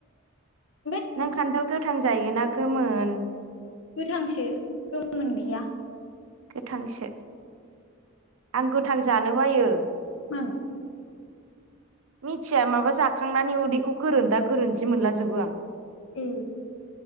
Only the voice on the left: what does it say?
दंङ
गोथांसो गोमोन गैया
मानो?
ए